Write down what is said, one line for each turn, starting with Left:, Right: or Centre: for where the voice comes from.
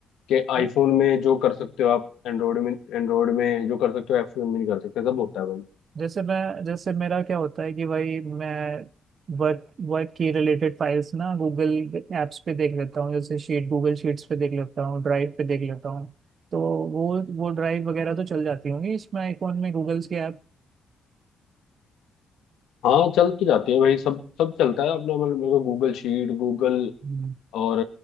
Left: कि आईफोन
Right: हाँ
Left: में जो कर सकते हो आप एंड्रॉयड में एंड्रॉयड में जो कर सकते हो iPhone में नहीं कर सकते सब होता है भाई
Right: जैसे मैं जैसे मेरा क्या होता है कि भाई मैं वर्क वर्क की रिलेटेड फाइल्स ना गूगल एप्स पे देख लेता हूँ जैसे शीट गूगल शीट्स पे देख लेता हूँ ड्राइव पे देख लेता हूँ तो वो वो ड्राइव वगैरह तो चल जाती होंगी इसमें आईफोन में गूगल्स के ऐप
Left: हाँ चल तो जाती है भाई सब सब चलता है अपना मतलब मेरे को गूगल शीट गूगल
Right: हम्म।
Left: और